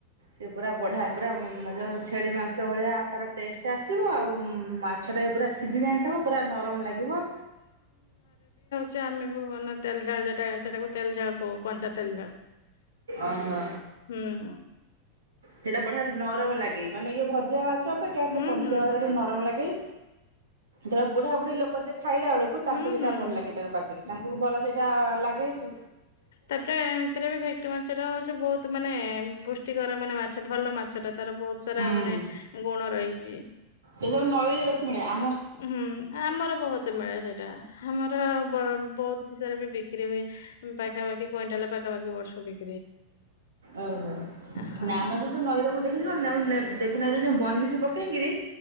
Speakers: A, on the right; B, on the left.
A: ସେ ପୁରା ବଢ଼ିଆ ପୁରା ଉଁ ଯ ଛେଳି ମାଂସ ଭଳିଆ ତାର ଟେଷ୍ଟଟା ଆ ସିବ, ଆଉ ମାଛ ଟା ପୁରା ସିଝି ଯାଇଥିବ ପୁରା ନରମ ଲାଗିବ।
B: ଯେ ଆମେ ବି ମାନେ ତେଲ ଝାଳଟା ସେଟାକୁ ତେଲ ଝାଳ କହୁ କଞ୍ଚା ତେଲ୍ ଝାଳ। ମାନେ
A: ଓହୋ
B: ହୁଁ।
A: ସେଇଟା ବଢିଆ ନରମ ଲାଗେ। ମାନେ ଇଏ ଭଜା ମାଛ ଅପେକ୍ଷା
B: ହୁଁ
A: ସେ କଞ୍ଚା
B: ହୁଁ
A: ନରମ ଲାଗେ। ଧର ବୁଢା ବୁଢୀ ଲୋକ ଯେ ଖାଇଲା ବେଳକୁ ତାଙ୍କୁ
B: ହୁଁ
A: ସେଇଟା
B: ହୁଁ।
A: ଭଲ ଲାଗେ ତାଙ୍କ ପାଟିକି।
B: ହୁଁ
A: ତାଙ୍କୁ ଭଲ ସେଇଟା ଲାଗେ ସୁ
B: ତାପରେ ଏମିତିରେ ବି ଭେକ୍ଟି ମାଛ ଟା ହଉଛି ବହୁତ ମାନେ ପୁଷ୍ଟିକର, ମାନେ ମାଛ ଭଲ ମାଛ ଟା ତାର ବହୁତ ସାରା
A: ହୁଁ।
B: ମାନେ ଗୁଣ ରହିଛି।
A: ଯୋଉଁ ନଈରେ ବେଶୀ ମିଳେ ଆ
B: ହୁଁ ଆମର ବହୁତ ମିଳେ ସେଇଟା, ଆମର ବ ବହୁ ତ ସାରା ବି ବିକ୍ରି ହୁଏ। ପାଖାପଖି କ୍ୱିଣ୍ଟାଲ ପାଖାପାଖି ବର୍ଷକୁ ବିକି
A: ଓହୋ
B: ହଁ।
A: ନା ଆମର ସେ ଯୋଉଁ ନଈର ମୁଁ ଦେଖିଲି, କ ଦେବୀ ନଈରେ ଯୋଉଁ ବନିଶୀ ପକେଇକିରୀ